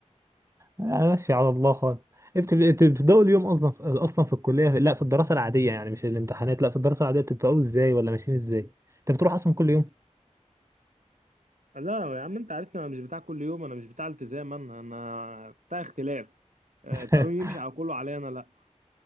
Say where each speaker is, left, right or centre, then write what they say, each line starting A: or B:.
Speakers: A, on the right; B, on the right.
A: أنا ماشي على الله خالص انت انت بتبداوا اليوم اصلا في... اصلا في الكليه لا في الدراسه العاديه يعني مش الامتحانات لا في الدراسه العاديه بتبداوا ازاي ولا ماشيين ازاي انت بتروح اصلا كل يوم
B: لا يا عم انت عارفني انا مش بتاع كل يوم انا مش بتاع التزام انا انا بتاع اختلاف آه،
A: <laughs>
B: القانون يمشي على كله عليا انا لا